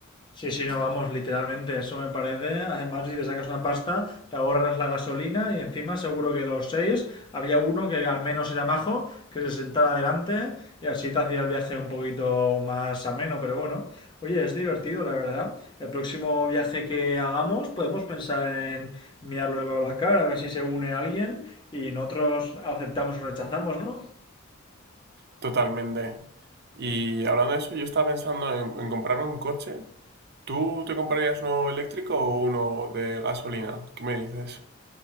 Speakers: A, on the left (about 20°); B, on the right (about 50°).
A: Sí, sí, no, vamos, literalmente, eso me parece. Además, si te sacas una pasta, te ahorras la gasolina y encima seguro que los seis había uno que al menos era majo, que se sentara adelante y así te hacía el viaje un poquito más ameno, pero bueno. Oye, es divertido, la verdad. El próximo viaje que hagamos podemos pensar en mirarlo de cara, a ver si se une alguien y nosotros aceptamos o rechazamos, ¿no?
B: Totalmente. Y hablando de eso, yo estaba pensando en, en comprarme un coche, ¿Tú te comprarías uno eléctrico o uno de gasolina? ¿Qué me dices?